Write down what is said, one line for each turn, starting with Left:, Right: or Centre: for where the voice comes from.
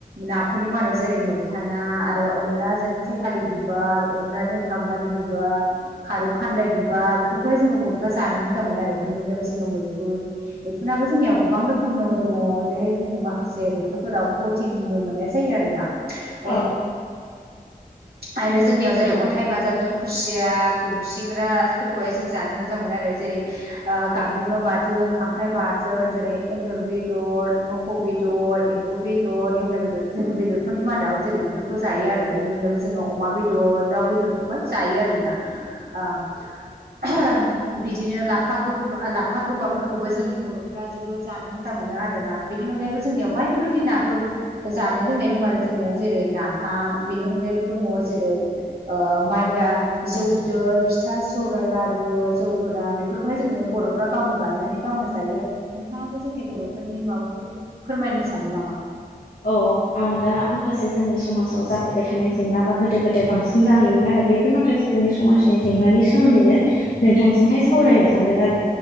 Right: नाफोरनि मादाव जेरै मैथा ना आरो अनलाजों सेफालि बिबार, अनलाजों गाम्बारि बिबार खारौ खान्दाय बिबार बेफोरखौहाय जोङो बर'फ्रा जानो मोजां मोनो आरो। बेनि अनगायै जोङो मैखुन मैखुनाबो जोंनियाव गोबां रोखोमनो दङ'। जेरैहाय जोङो माखासे मैखुनफोराव प्रटिनबो मोननाय जायो आरो। अन
Left: औ
Right: आरो जोंनियाव जेरै अन्थाइ बाजाबजों खुसिया, खुसिंग्राफोरखौहाय जों जानो मोजां मोजां मोनो आरो। जेरै ओ गांजेमा बाथोन, खांख्राइ बाथोन जेरै एन्जर बेदर म मोफौ बेदर, एम्बु बेदर, नेवलाइ बेदर जोंनो बेदर फोरनि मादाव जेरै बेफोरखौ जायो आरो। बेनि अनगायैबो जोङो अमा बेदर, दाउ बेदरफोरखौ जायो आरोना। ओ <unintelligible> बिदिनो लाफा गोब लाफा गोबाबफोरखौबो जोंनि बर' फ्रा जोबोद जानो मोजां मोनो आरो ना। बेनि अनगायैबो जोंनियाव बायदि बायदि नाफोर जानाय लोंनाय दं आरो। जोंनियाव जेरै नाफाम, बेनि अनगायैबो दङ जेरै ओ माइब्रा जौ बिदै, फिथा, सौरायाइ, लारु, जौ गोरान बेफोरखौहाय जोङो बर'फ्रा गावनो बानायनानै गावनो जायो आरो। नोंथाङाबो जोंनि बर'फोरनि माबाफोर फोरमायनो सानदों नामा?
Left: औ आङो दा माखासे जोंनि समाजाव जाफ्लेबाय थानाय जेंनाबा गोदो गोदाय बांसिन जाहैयोमोन आरो। बे बेफोर माखासे जोंनि समाजनि जेंनानि सोमोन्दैनो नोंथांजोंहाय सावरायनो सानदों आरो‌।